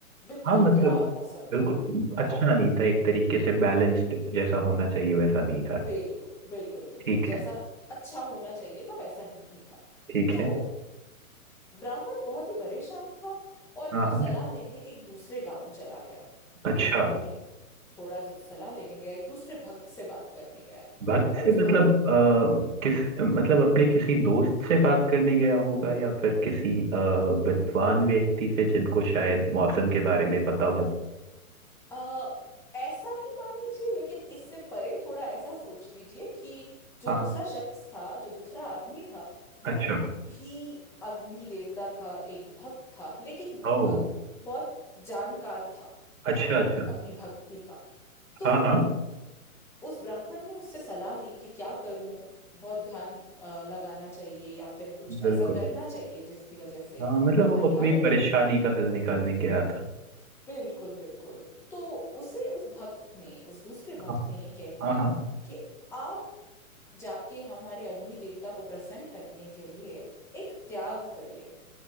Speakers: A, in the centre; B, on the right.
A: बिल्कुल
B: हाँ मतलब
A: खराब मौसम
B: बिल्कुल
A: था
B: अच्छा
A: है ना
B: नहीं था एक तरीके से बैलेंस्ड जैसा होना चाहिए वैसा नहीं था
A: बिल्कुल बिल्कुल बिल्कुल
B: ठीक
A: जैसा
B: है
A: अच्छा होना चाहिए था वैसा नहीं था
B: ठीक
A: तो
B: है
A: ब्राह्मण बहुत ही परेशान था और
B: हाँ
A: वो
B: हाँ
A: सलाह लेने एक दूसरे गांव चला गया
B: अच्छा
A: इस बारे में थोड़ा सा सलाह लेने गया एक दूसरे भक्त से बात करने गया
B: भक्त
A: और
B: से
A: उस
B: मतलब
A: भक्त
B: अ, किस मतलब अपने किसी दोस्त से बात करने गया होगा या फिर किसी अ, विद्वान व्यक्ति से जिनको शायद मौसम के बारे में पता हो
A: अ, ऐसा ही मान लीजिए लेकिन इससे परे थोड़ा ऐसा सोच लीजिए कि जो
B: हाँ
A: दूसरा शख्स था जो दूसरा आदमी था वो
B: अच्छा
A: भी अग्नि देवता का एक भक्त था लेकिन वो
B: ओ
A: भक्त बहुत जानकार था अम,
B: अच्छा अच्छा
A: अपनी भक्ति का तो
B: हाँ हाँ
A: उस ब्राह्मण ने उससे सलाह ली कि क्या करूं बहुत ध्यान अ, लगाना चाहिए या फिर कुछ
B: बिल्कुल
A: ऐसा करना चाहिए जिसकी वजह से
B: हाँ मतलब
A: हमारी
B: वो अपनी
A: हालत
B: परेशानी का हल निकालने गया था
A: बिल्कुल बिल्कुल तो उसे उस भक्त ने उस दूसरे भक्त
B: हाँ
A: ने ये कह
B: हाँ
A: दिया
B: हाँ।
A: कि आप जाके हमारे अग्नि देवता को प्रसन्न करने के लिए एक त्याग करिए